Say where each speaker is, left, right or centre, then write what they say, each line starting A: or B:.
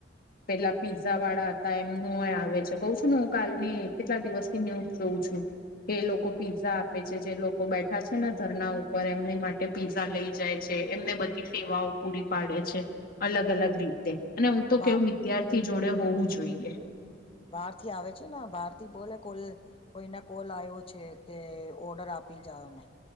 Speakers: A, on the left; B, on the left.
A: પેલા પીઝા વાળા હતા એમનું આવે છે કઉ છું ને હું કાલની કેટલા દિવસની ન્યૂઝ જોઉં છું એ લોકો પીઝા આપે છે જે લોકો બેઠા છે ને ધરણા ઉપર એમની માટ ટે પીઝા લઈ જાય છે એમને બધી સેવાઓ પૂરી પાડે છે. અલગ અલગ રીતે અને હું તો
B: બા
A: કેવું વિદ્યાર્થી જોડે હોવું જોઈએ
B: બહાર થી આવે છે ને બહાર થી બોલે કોલ કોઈને કોલ આવ્યો છે કે ઓર્ડર આપી જાાવને